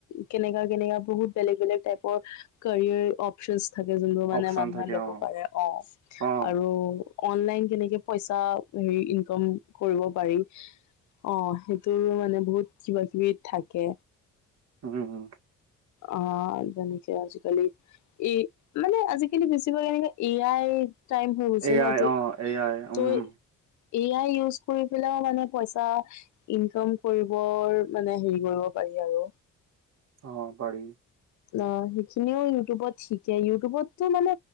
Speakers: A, on the left; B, on the right.
A: কেনেকা, কেনেকা বহুত বেলেগ বেলেগ টাইপৰ কাৰীয়াৰ অপচনছ। থাকে যোনবোৰ মানে
B: অপচন
A: মানুহে
B: থাকে
A: ল'ব
B: অ
A: পাৰে, অ'
B: অ
A: আৰু অনলাইন কেনেকে পইচা নি ইউ কম কৰিব পাৰি অ', সেইটো ত' মানে বহুত কিবা-কিবি থাকে।
B: উম
A: অ', যেনেকে আজিকালি এই মানে আজিকালি বেছিভাগ এনেকে এ আই টাইম হৈ গৈছে
B: এ
A: ন,
B: আই
A: ত'
B: অ এ আই উম
A: তই এ আই ইউজ কৰি পেলেও মানে পইচা ইনকাম কৰিবৰ মানে হেৰি কৰিব পাৰি আৰু।
B: অ', পাৰি।
A: অ', সেইখিনিও ইউটিউবত শিকে, ইউটিউবতটো মানে